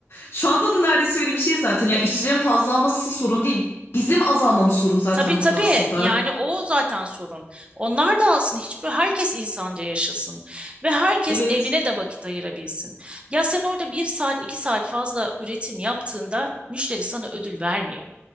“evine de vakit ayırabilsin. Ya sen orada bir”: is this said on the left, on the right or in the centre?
Right